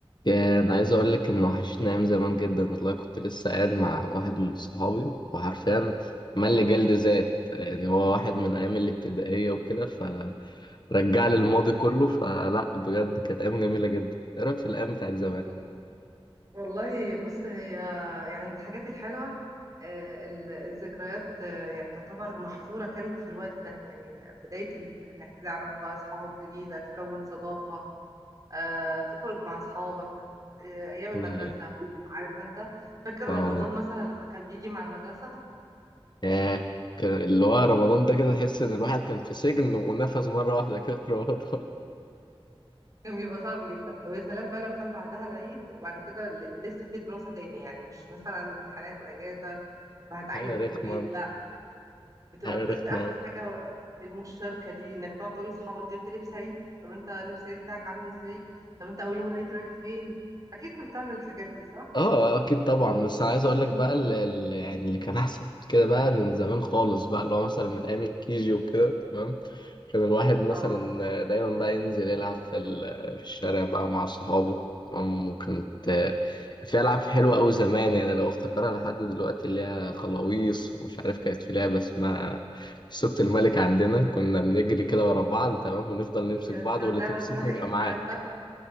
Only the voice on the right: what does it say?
آه،
وال- والله بص هي يعني من الحاجات الحلوة آه، ال- الذكريات آه، يعني تعتبر محفورة كانت في الوقت ده يعني بداية ال- إنك تعرف بقى أصحاب جديدة تكون صداقة آه، تخرج مع أصحابك آه، أيام المدرسة
عارف أنت فاكر رمضان
مثلا لما كان بيجي مع المدرسة
كان بيبقى صعب جدا طب يا سلام بقى لو كان بعدها العيد وبعد كده ل- لسه في دراسة تاني يعني مش مثلا امتحانات وأجازة فهتعيده
في البيت بتبقى
بجد
احلى حاجه المشاركه دي انك تقعد تقول لاصحابك جبت لبس عيد طب انت لبس العيد بتاعك عامل ازاي طب انت اول يوم العيد رايح فين اكيد كنت بتعمل الحاجات دي صح
اه
دي
كانت
كانت
لعبه
اسمها
ايه
لا استنى